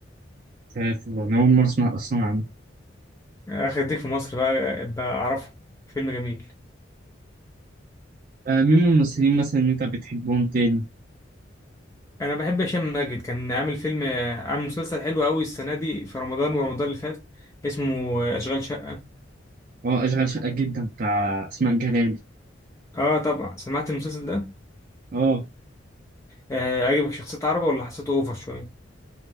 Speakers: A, on the right; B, on the left.
A: مش عارف والله، أنا أول مرة أسمع أصلا عنه
B: آخر ديك في مصر بقى بقى أعرفه فيلم جميل
A: آه مين من الممثلين مثلا اللي أنت بتحبهم تاني؟
B: أنا بحب هشام ماجد كان عامل فيلم عامل مسلسل حلو أوي السنة دي في رمضان ورمضان اللي فات اسمه أشغال شقة
A: اه أشغال شقة جدا بتاع أسماء جلال
B: آه طبعا سمعت المسلسل ده
A: اه
B: آه عجبك شخصية عربي ولا حسيته أوفر شوية